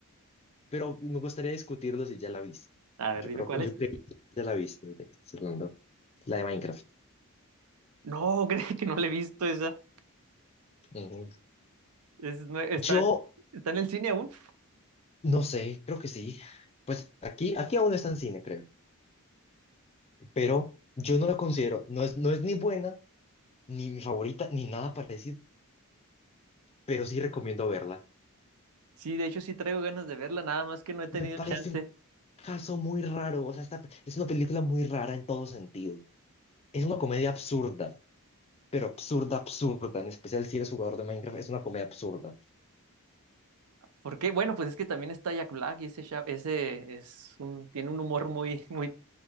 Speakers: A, on the left (about 25°); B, on the right (about 75°).
A: pero me gustaría discutirlo si ya la viste.
B: A ver,
A: Yo
B: dime
A: creo,
B: cuál
A: yo
B: es.
A: creo que ya la viste, ahorita que estás hablando. La de Minecraft.
B: No, <laughs> creo que no la he visto esa.
A: Ujú.
B: Es nue- está,
A: Yo
B: está en el cine aún.
A: no sé, creo que sí. Pues aquí, aquí aún está en cine, creo. Pero yo no la considero, no es, no es ni buena, ni mi favorita, ni nada parecido, pero sí recomiendo verla.
B: Sí, de hecho sí traigo ganas de verla, nada más que no he tenido
A: Me parece
B: chance.
A: un caso muy raro, o sea, esta- es una película muy rara en todo sentido. Es una comedia absurda, pero absurda, absurda, en especial si eres jugador de Minecraft, es una comedia absurda.
B: ¿Por qué? Bueno, pues es que también está Jack Black y ese, cha- ese es un, tiene un humor muy, muy,